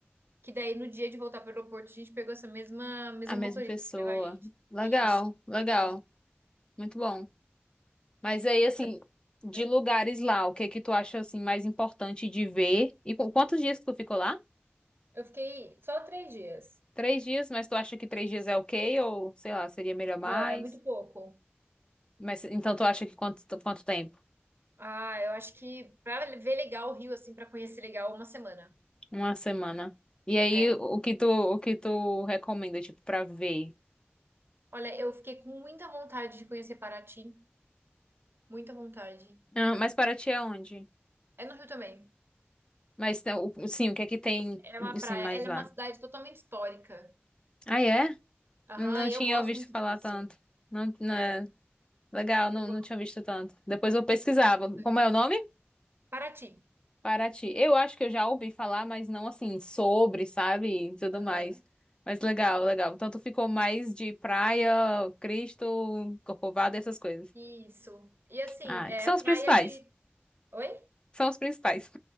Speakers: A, on the right (about 65°); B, on the left (about 25°).
A: Que daí, no dia de voltar pro aeroporto, a gente pegou essa mesma, mesma
B: a mesma
A: motorista
B: pessoa.
A: que levou a gente.
B: Legal,
A: Isso.
B: legal,
A: mesmo.
B: muito bom. Mas aí,
A: E
B: assim,
A: aí,
B: de
A: é,
B: lugares lá, o que que tu acha, assim, mais importante de ver? E qu- quantos dias que tu ficou lá?
A: eu fiquei só três dias.
B: Três dias, mas tu acha que três
A: Isso.
B: dias é ok? Ou, sei lá, seria melhor mais?
A: Não, é muito pouco.
B: Mas, então, tu acha que quanto, quanto tempo?
A: Ah, eu acho que pra ver legal o Rio, assim, pra conhecer legal, uma semana.
B: Uma semana. E aí,
A: É.
B: o que tu, o que tu recomenda, tipo, pra ver?
A: Olha, eu fiquei com muita vontade de conhecer Paraty. Muita vontade.
B: Ah, mas para ti é onde?
A: É no Rio também.
B: Mas, né, o- sim, o que é que tem,
A: É uma
B: assim,
A: praia,
B: mais
A: ela
B: lá?
A: é uma cidade totalmente histórica.
B: Ah, é?
A: Aham,
B: Não, não
A: e
B: tinha
A: eu gosto
B: visto
A: muito
B: falar
A: disso.
B: tanto. Não, não
A: É,
B: é- Legal, não,
A: eu gosto
B: não tinha visto tanto. Depois eu pesquisava.
A: muito.
B: Como é o nome?
A: Paraty.
B: Paraty. Eu acho que eu já ouvi falar, mas não, assim, sobre, sabe? E tudo
A: Aham.
B: mais. Mas legal, legal. Então tu ficou mais de praia, Cristo, Corcovado, essas coisas.
A: Isso. E assim,
B: Ah,
A: é
B: que são
A: praia
B: os principais.
A: de. Oi?
B: São os principais.